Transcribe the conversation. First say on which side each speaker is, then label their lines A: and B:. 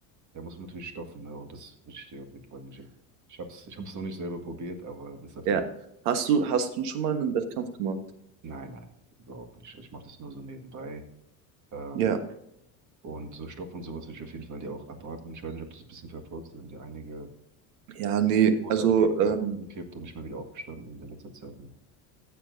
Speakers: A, on the right; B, on the right.
A: da muss man natürlich stoffen, ne? Und das will ich dir auf jeden Fall nicht. hin. Ich hab's, ich hab's noch nicht selber probiert, aber das ist auf
B: ja.
A: jeden Fall.
B: Hast du, hast du schon mal einen Wettkampf gemacht?
A: Nein, nein, überhaupt nicht. Ich mache das nur so nebenbei. Ähm,
B: Ja.
A: und so Stoff und sowas will ich auf jeden Fall dir auch abraten. Ich weiß nicht, ob du das ein bisschen verfolgst, da sind ja einige
B: Ja, nee,
A: Großathleten
B: also, ähm,
A: auch umgekippt und nicht mal wieder aufgestanden in der letzten Zeit. ne?